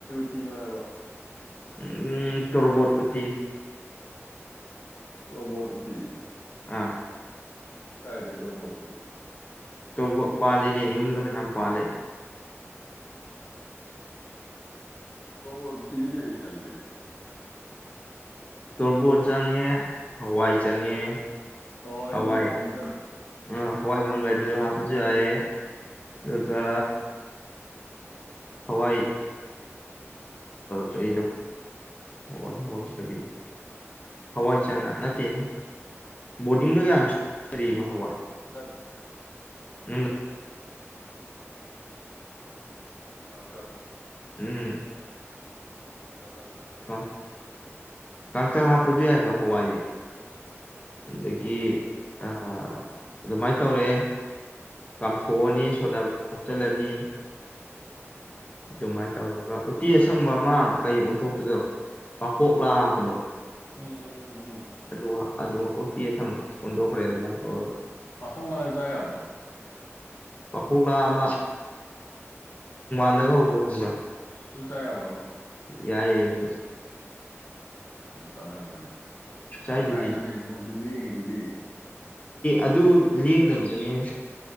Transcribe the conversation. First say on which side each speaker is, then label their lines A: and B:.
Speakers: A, on the left (about 55°); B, on the left (about 30°).
A: ꯇꯤꯅꯣ ꯍꯥꯏꯕ
B: ꯎꯝꯝ ꯇꯣꯔꯕꯣꯠ ꯎꯇꯤꯟ
A: ꯄꯔꯕꯔꯇ
B: ꯑꯥ
A: ꯀꯥꯏ ꯂꯩꯇꯔꯕꯠꯇꯗꯤ
B: ꯇꯧꯕ ꯄꯥꯜꯂꯤꯅꯦ ꯌꯨꯝꯗ ꯌꯥꯝ ꯄꯥꯜꯜꯂꯤꯦ
A: ꯣ ꯇꯤꯖꯤꯦ ꯀꯩ ꯅ ꯆꯥꯡꯒꯦ
B: ꯇꯣꯔꯕꯣꯠ ꯆꯪꯉꯦ ꯍꯋꯥꯏ ꯆꯪꯉꯦ
A: ꯍꯋꯥꯏꯗꯤ
B: ꯍꯋꯥꯏ
A: ꯃꯪꯒꯟ
B: ꯑꯥ ꯍꯏ ꯃꯪꯥꯏ ꯍꯥꯄꯁꯨ ꯍꯥꯏ ꯑꯗꯨꯒ ꯍꯋꯥꯏ ꯀꯔꯤꯗꯣ ꯍꯋꯥ ꯍꯋꯥ ꯀꯔꯤꯗꯣ ꯍꯋꯥꯏ ꯆꯅ ꯅꯠꯇꯦꯅꯦ ꯕꯣꯔꯗꯤꯡꯗ ꯌꯥꯝꯔꯤꯕ ꯍꯋꯥꯏ
A: ꯃꯪꯒꯟ
B: ꯎ
A: ꯊ
B: ꯎꯝ
A: ꯍꯋꯥꯏ ꯀꯥꯡꯇꯛ ꯆꯪꯉꯦ
B: ꯀ ꯀ ꯆ ꯍꯥꯄꯁꯨ ꯍꯥꯏꯕ ꯍꯋꯥꯏ ꯑꯗꯒꯤ ꯑ ꯑꯗꯨꯃꯥꯏꯅ ꯇꯧꯔꯦ ꯀꯝ ꯊꯑꯣꯣ
A: ꯎꯝ
B: ꯅ ꯁꯣꯗ ꯍꯥꯞꯆꯤꯜꯂꯅꯤ
A: ꯏ
B: ꯑꯗꯨꯃꯥꯏꯅ ꯇꯧꯔꯒ ꯎꯇꯤ ꯑꯁꯪꯕ ꯑꯃ ꯀꯩ ꯑꯣꯟꯊꯣꯛꯄꯗꯣ ꯄꯥꯡꯈꯣꯛꯂꯥ ꯍꯥꯞꯄꯗꯣ
A: ꯎꯝ ꯎꯝ ꯎꯝ
B: ꯑꯗꯨꯒ ꯑꯗꯨ ꯎꯇꯤ ꯑꯁꯪꯕ ꯑꯣꯟꯗꯣꯛꯈ꯭ꯔꯦ ꯑꯗꯨꯃꯥꯏꯅ ꯇꯧꯔꯒ
A: ꯄꯥꯡꯈꯣꯛ ꯂꯥꯛꯑ ꯆꯥ ꯌꯥꯕ꯭ꯔꯣ
B: ꯄꯥꯡꯈꯣꯛꯂꯥ ꯑꯃ ꯍꯗꯒ ꯍꯧꯕꯗꯣ ꯍꯪꯕ꯭ꯔꯥ
A: ꯑꯗꯨ ꯆꯥ ꯌꯥꯕ꯭ꯔꯕ
B: ꯌꯥꯏ
A: ꯆꯥꯟꯅ ꯎꯔꯅꯦ
B: ꯁ꯭ꯋꯥꯏꯗꯗꯤ
A: ꯑꯃꯨ ꯍꯥꯏꯖꯗꯦ ꯃꯉꯣꯟꯗꯤ ꯂꯦꯡꯉꯤꯗꯨꯗꯤ
B: ꯑꯗꯨ ꯂꯦꯡꯗꯕꯗꯨꯅꯤꯍ